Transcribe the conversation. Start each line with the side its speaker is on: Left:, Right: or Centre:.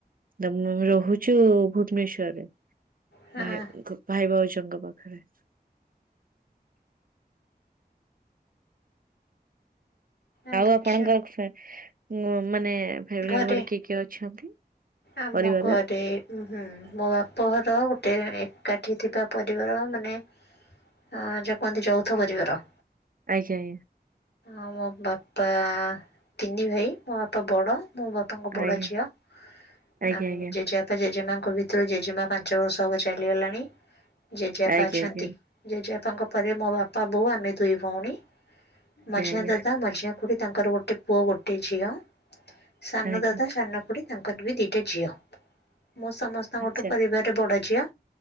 Right: ଦ ଆମେ ରହୁଛୁ ଭୁବନେଶ୍ଵରରେ
Left: ହଁ
Right: ଭାଇଙ୍କ। ଭାଇ ଭାଉଜଙ୍କ ପାଖରେ।
Left: ଆଚ୍ଛା
Right: ଆଉ ଆପଣଙ୍କ ଫ୍ୟା ଉଁ ମାନେ ଫ୍ୟାମିଲି
Left: ଘରେ
Right: ମେମ୍ବର କିଏ କିଏ ଅଛନ୍ତି?
Left: ଆମ
Right: ପରିବାରରେ?
Left: ଘରେ। ଉ ହୁଁ ମୋ ବାପଘର ଗୋଟେ ଏକାଠି ଥିବା ପରିବାର ମାନେ। ହଁ ଯୋ କୁହନ୍ତି ଯୌଥ ପରିବାର।
Right: ଆଜ୍ଞା ଆଜ୍ଞା।
Left: ଆଉ ମୋ ବାପା ତିନି ଭାଇ ମୋ ବାପା ବଡ଼ ମୋ ବାପାଙ୍କ ବଡ଼
Right: ଆଜ୍ଞା
Left: ଝିଅ।
Right: ଆଜ୍ଞା
Left: ଆମ
Right: ଆଜ୍ଞା
Left: ଜେଜେବାପା ଜେଜେମାଙ୍କ ଭିତରୁ ଜେଜେମା ପାଞ୍ଚ ବର୍ଷ ହବ ଚାଲିଗଲାଣି। ଜେଜେବାପା
Right: ଆଜ୍ଞା
Left: ଅଛନ୍ତି ଜେଜେବାପାଙ୍କ ପରେ ମୋ ବାପା ବୋଉ ଆମେ ଦୁଇ ଭଉଣୀ ମଝିଆ
Right: ଆଜ୍ଞା
Left: ଦାଦା ମଝିଆ ଖୁଡି ତାଙ୍କର ଗୋଟେ ପୁଅ ଗୋଟେ ଝିଅ ସାନ
Right: ଆଜ୍ଞା
Left: ଦାଦା ସାନ ପୁଣି ତାଙ୍କର ବି ଦିଟା ଝିଅ ମୁଁ ସମସ୍ତଙ୍କଠୁ
Right: ଆଜ୍ଞା
Left: ପରିବାରରେ
Right: ଆଜ୍ଞା ଆଜ୍ଞା ଆଚ୍ଛା
Left: ବଡ଼ ଝିଅ।